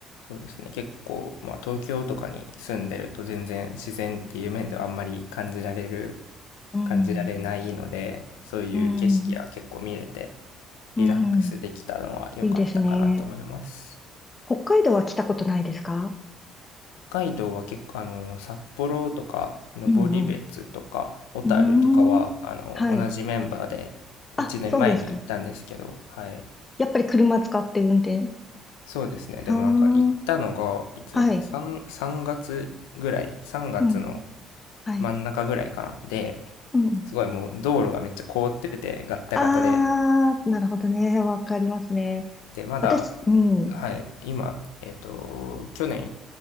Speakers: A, on the left (about 85°); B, on the left (about 25°).
A: そうですね。結構、まあ、東京とかに住んでると全然自然っていう面ではあんまり感じられる、
B: うん、
A: 感じられないので、そういう景色は結構見れて、
B: うん、
A: リラックスできたのは良かったかなと思います。
B: うん、いいですね。北海道は来たことないですか
A: 北海道は結構、あの、札幌とか、登別とか、
B: うんうん。
A: 小樽とかは、
B: うーん、
A: あの、
B: はい。
A: 同じメンバーで1年前に行ったんですけど、
B: あ、そうですか。
A: はい。
B: やっぱり車使って運転。
A: そうですね。でもなんか行ったのが、
B: は
A: いつだった
B: あ、はい。
A: ?3、3月ぐらい、3月の
B: うん、はい。
A: 真ん中ぐらいかな。で、
B: うん。
A: すごいもう道路がめっちゃ凍ってて、ガッタガタで。
B: あー、なるほどね。わかりますね。
A: で、まだ、
B: 私、うん、
A: はい、今、えっと、去年